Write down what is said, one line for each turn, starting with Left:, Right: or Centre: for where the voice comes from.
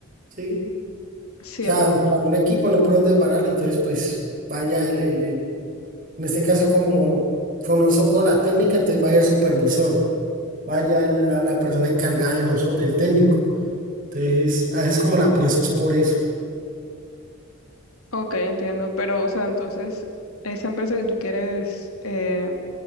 Right: ¿Sí?
Left: sí,
Right: O sea,
Left: es verdad.
Right: armar un equipo no pueden desbararlo. Entonces, pues vaya el, el- el- en este caso como conozco con la técnica, entonces vaya el supervisor, vaya el- la, la persona encargada de nosotros, del técnico. Entonces, a veces como la pienso es por eso.
Left: Ok, entiendo, pero o sea, entonces, esa empresa que tú quieres eh,